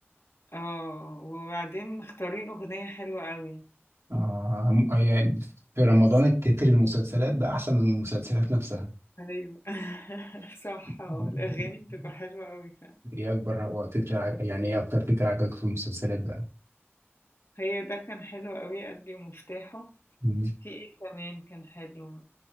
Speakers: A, on the left; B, on the right.
A: آه، وبعدين مختارين أغنية حلوة أوي
B: آه م- يعني في رمضان
A: بس
B: التتر المسلسلات بقى أحسن من المسلسلات نفسها
A: أيوه <laughs> صح
B: <laughs>
A: آه، الأغاني بتبقى حلوة أوي فعلًا،
B: إيه أكبر هو تتر ع- يعني إيه أكتر تتر عجبك في المسلسلات بقى؟
A: هي ده كان حلو أوي قلبي ومفتاحه،
B: مم.
A: في إيه كمان كان حلو؟